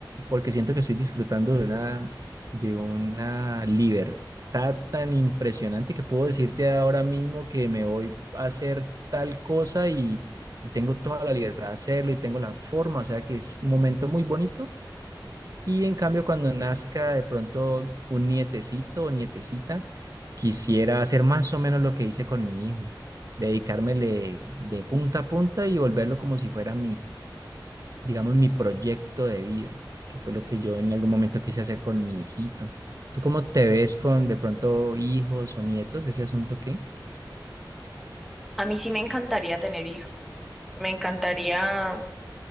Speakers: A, on the right; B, in the centre.
A: porque siento que estoy disfrutando de una, de una libertad tan impresionante que puedo decirte ahora mismo que me voy a hacer tal cosa y, y tengo toda la libertad de hacerlo y tengo la forma, o sea que es un momento muy bonito. Y en cambio, cuando nazca de pronto un nietecito o nietecita, quisiera hacer más o menos lo que hice con mi hijo, dedicármele de punta a punta y volverlo como si fuera digamos, mi proyecto de vida, que fue lo que yo en algún momento quise hacer con mi hijito. ¿Tú cómo te ves con de pronto hijos o nietos? Ese asunto qué?
B: A mí sí me encantaría tener hijos. Me encantaría,